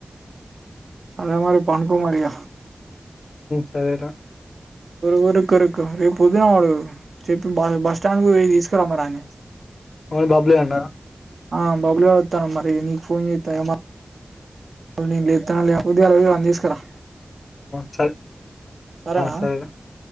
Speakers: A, on the right; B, on the left.
A: సరే అరి పాన్కు మరియ
B: సరేరా
A: రురుక్కరుకు రేపు పొద్దున వాడు చెప్పి బస్ బస్ స్టాండ్ కు పొయ్యి తీసుకురామ్మ రాని
B: మను బబ్బులే అన్నా
A: ఆ బబులు వెళతాను మరి నీకు ఫోన్ చేస్తా వు లే ఎ లే ఉదాలని తీసుకురా
B: సర
A: సరేనా
B: సరే